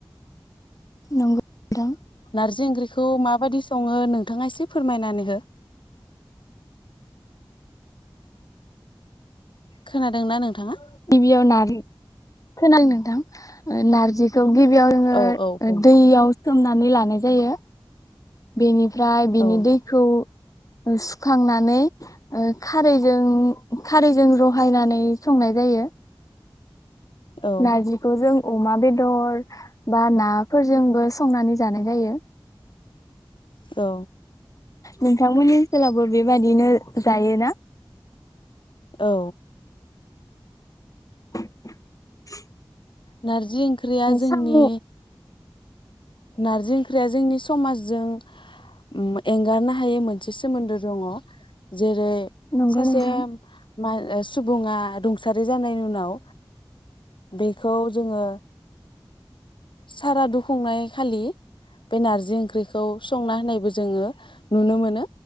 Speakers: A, on the left; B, on the left.
A: नंगौ नोंथां
B: नारजि ओंख्रिखौ माबायदि सङो नोंथाङा एसे फोरमायनानै हो? खोनादोंना नोंथाङा?
A: गिबियाव नारजि खोनादों नोंथां ओ नारजि खौ गिबियाव जोङो
B: औ औ बुं
A: दैयाव सोमनांगौ नानै लानाय जायो। बेनि ओमफ्राय बिनि
B: औ
A: दैखौ सुखांनानै ओ खारैजों खारैजों रहायनानै संनाय जायो।
B: औ
A: नारजिखौ जों अमा बेदर बा नाफोरजोंबो संनानै जानाय जायो।
B: औ
A: नोंथांमोननि ओनसोलावबो बेबादिनो जायोना?
B: औ
A: <inaudible>
B: नारजि जि ओंख्रिया जोंनि
A: साम'
B: नारजि ओंख्रिया जोंनि समाजजों उम एंगारनो हायो मोनसे सोमोन्दो दङ। जे रै-
A: नंगौ
B: सासे
A: नोंथां
B: मा सुबुङा रुंसारि जानायनि उनाव बे खौ जोङो सारादु खुंनाय खालि बे नारजि ओंख्रिखौ संना होनायबो जोङो नुनो मोनो।